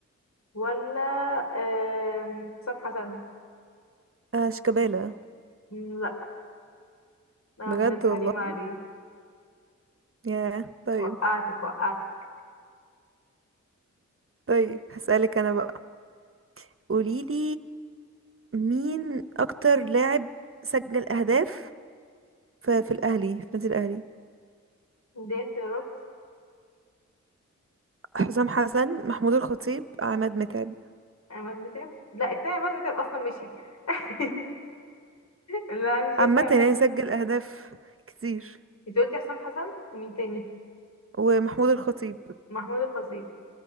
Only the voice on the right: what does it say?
آه شيكابالا
بجد
والله
ياه طيب
طيب هسألك انا بقى قوليلي مين اكتر لاعب سجل اهداف في, في الاهلي في النادي الاهلي
حسام حسن محمود الخطيب عماد متعب
عامة
يعني سجل اهداف كتير
ومحمود الخطيب